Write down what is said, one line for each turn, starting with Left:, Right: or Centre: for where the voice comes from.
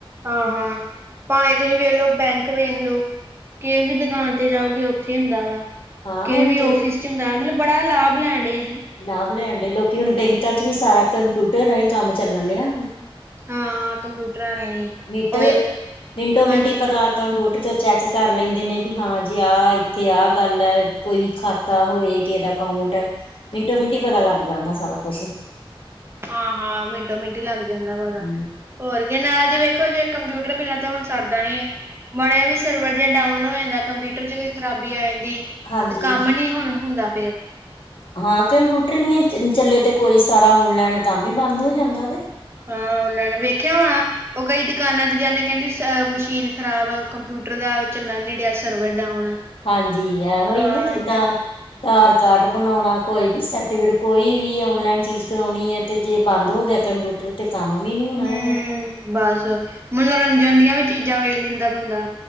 Right: ਹਾਂ, ਹਾਂ ਭਾਵੇਂ ਤੁਸੀਂ ਵੇਖ ਲੋ ਬੈਂਕ, ਵੇਖ ਲੋ ਕਿਸੇ ਵੀ ਦੁਕਾਨ ਜਾਓਗੇ ਉੱਥੇ ਹੁੰਦਾ ਵਾ,
Left: ਹਾਂ
Right: ਕਿਸੇ
Left: ਹੁਣ
Right: ਵੀ
Left: ਤੇ
Right: ਆਫਿਸ 'ਚ ਹੁੰਦਾ ਵਾ ਮਤਲਬ ਬੜਾ ਲਾਭ ਲੈਂਣਦੇ ਅਹਿੰ।
Left: ਲਾਭ ਲੈਣ ਦਏ ਲੋਕੀ ਹੁਣ ਬੈਂਕਾਂ ਚ ਵੀ ਸਾਰਾ ਕੰਪਿਊਟਰ ਰਾਹੀਂ ਕੰਮ ਚੱਲਣ ਦਿਆ।
Right: ਹਾਂ, ਕੰਪਿਊਟਰਾਂ ਰਾਹੀਂ।
Left: ਨਿੰਟ,
Right: ਉਹ ਵੀ
Left: ਮਿੰਟੋ ਮਿੰਟ
Right: ਹਾਂਜੀ
Left: ਹੀ ਪਤਾ ਕੰਪਿਊਟਰ ਤੋਂ ਚੈੱਕ ਕਰ ਲੈਂਦੇ ਨੇ ਵੀ ਹਾਂ ਜੇ ਆਹ ਇੱਥੇ ਆਹ ਗੱਲ ਹੈ ਕੋਈ ਵੀ ਖਾ ਪਤਾ ਹੋਏ ਕਿਸੇ ਦਾ ਅਕਾਊਂਟ, ਮਿੰਟੋ ਮਿੰਟ ਹੀ ਪਤਾ ਲੱਗ ਜਾਂਦਾ ਸਾਰਾ ਕੁਛ
Right: ਹਾਂ, ਹਾਂ ਮਿੰਟੋ ਮਿੰਟ ਹੀ ਲੱਗ ਜਾਂਦਾ ਪਤਾ
Left: ਹੂੰ,
Right: ਹੋਰ ਕਿ ਨਾਲ ਜ ਵੇਖੋ ਜੇ ਕੰਪਿਊਟਰ ਬਿਨਾਂ ਤੇ ਹੁਣ ਸਰਦਾ ਨਹੀ, ਮਾੜਾ ਜਿਹਾ ਵੀ ਸਰਵਰ ਜੇ ਡਾਊਨਲੋਡ ਹੋ ਜਾਂਦਾ ਕੰਪਿਊਟਰ 'ਚ ਕੋਈ ਖਰਾਬੀ ਆ ਜਾਂਦੀ,
Left: ਹਾਂਜੀ
Right: ਤੇ ਕੰਮ ਨੀ ਹੁਣ ਹੁੰਦਾ ਫਿਰ
Left: ਹਾਂ ਕੰਪਿਊਟਰ ਨਹੀਂ ਚੱਲੇ ਤੇ ਕੋਈ ਸਾਰਾ ਔਨਲਾਈਨ ਕੰਮ ਹੀ ਬੰਦ ਹੋ ਜਾਂਦਾ ਤੇ।
Right: ਹਾਂ ਔਨਲਾਈਨ ਵੇਖਿਆ ਹੋਣਾ ਉਹ ਕਈ ਦੁਕਾਨਾਂ ਤੇ ਜਾਂਦੇ ਕਹਿੰਦੇ ਅ ਮਸ਼ੀਨ ਖਰਾਬ ਆ, ਕੰਪਿਊਟਰ ਦਾ ਚੱਲਣ ਨੀ ਦਿਆ ਸਰਵਰ ਡਾਊਨ ਆ
Left: ਹਾਂਜੀ, ਇਹੋ ਹੀ
Right: ਆ
Left: ਨਾ ਜਿੱਦਾਂ
Right: ਏਦਾਂ
Left: ਆਧਾਰ ਕਾਰਡ ਬਣਾਉਣਾ ਕੋਈ ਵੀ ਸਰਟੀਫਿਕੇਟ ਕੋਈ ਵੀ ਔਨਲਾਈਨ ਚੀਜ਼ ਕਰਵਾਉਣੀ ਹੈ ਤੇ ਜੇ ਬੰਦ ਹੋ ਗਿਆ ਕੰਪਿਊ ਤੇ ਕੰਮ ਵੀ ਨਹੀਂ ਹੋਣਾ
Right: ਹੂੰ
Left: ਹੈਗਾ।
Right: ਬਸ, ਮੰਨੋਰੰਜਨ ਦੀਆਂ ਵੀ ਚੀਜ਼ਾਂ ਵੇਖ ਲੈਂਦਾ ਬੰਦਾ